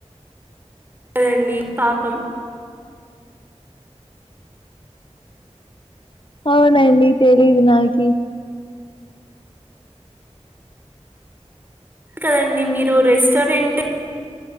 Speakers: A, on the right; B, on the left.
A: <inaudible> దండి పాపం
B: అవునండి తెలీదు నాకి
A: కదండి మీరు రెస్టారెంటే